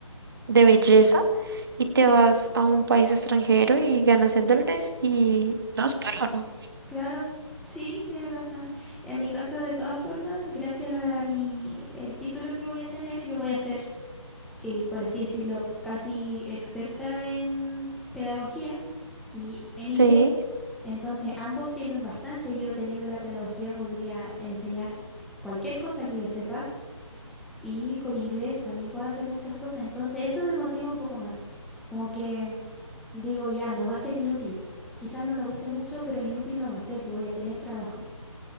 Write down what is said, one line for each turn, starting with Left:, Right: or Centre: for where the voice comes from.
Right: de belleza y te vas a un país extranjero y ganas en dólares y dos por uno.
Centre: claro, sí, tienes razón. En mi caso, de todas formas, gracias a mi, el título que voy a tener, yo voy a ser, eh, por así decirlo, casi experta en pedagogía y en inglés.
Right: Sí,
Centre: Entonces, ambos sirven bastante. Yo teniendo la pedagogía podría enseñar cualquier cosa que yo sepa y con inglés también puedo hacer muchas cosas. Entonces, eso me motiva un poco más. Como que Digo, ya, no va a ser inútil. Quizás no me guste mucho, pero inútil no va a ser. Yo voy a tener trabajo.